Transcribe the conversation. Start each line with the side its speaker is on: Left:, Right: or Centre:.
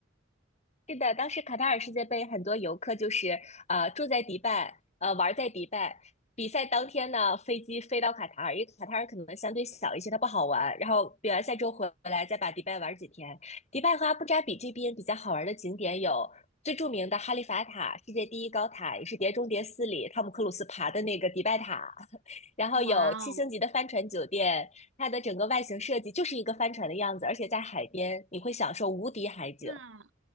Left: 是的，当时卡塔尔世界杯，很多游客就是呃住在迪拜，呃玩在迪拜。比赛当天呢，飞机飞到卡塔尔，因为卡塔尔可能相对小一些，它不好玩。然后比完赛之后回来，再把迪拜玩几天。迪拜和阿布扎比这边比较好玩的景点有最著名的哈利法塔，世界第一高塔，也是《碟中谍四》里汤姆克鲁斯爬的那个迪拜塔。<laughs> 然后有七星级的帆船酒店，
Right: 哇哦，
Left: 它的整个外形设计就是一个帆船的样子，而且在海边，你会享受无敌海景。
Right: 那